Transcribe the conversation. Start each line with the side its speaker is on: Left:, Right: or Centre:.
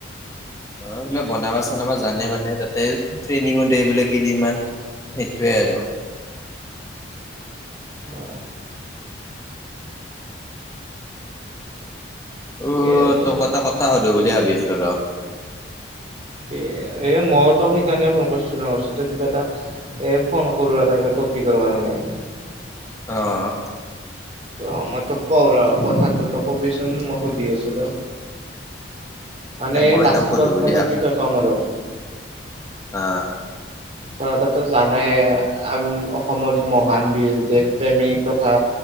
Left: অ', এইবিলাক বনাবা চনাবা জানে মানে, তাতে ট্ৰেইনিঙো দিয়ে বোলে কেইদিনমান। সেইটোৱে আৰু।
Right: অ ঠিকে
Left: উ,
Right: আছে
Left: তোক
Right: বাৰু।
Left: এটা কথা সুধো বুলি ভাবি আছো ৰ।
Right: এ, এ মই তোক সেইকাৰণে ফোন কৰিছিলো অঁ তই কিবা এটা এ, ফোন কৰো এটা কিবা টপিকৰ কাৰণে।
Left: অঁ।
Right: অ', মই তোক কওঁ ৰ, কথাটো তই কবিচোন, মই সুধি আছোঁ ৰ। মানে,
Left: এ মই
Right: লাচিত
Left: তোক সুধো
Right: বৰফুকনৰৰ
Left: বুলি
Right: বিষয়ে কম আৰু।
Left: আ।
Right: ধৰা তই তো জানাইয়ে আম অসমৰ মহান বীৰ, দেশ প্ৰেমিক তথা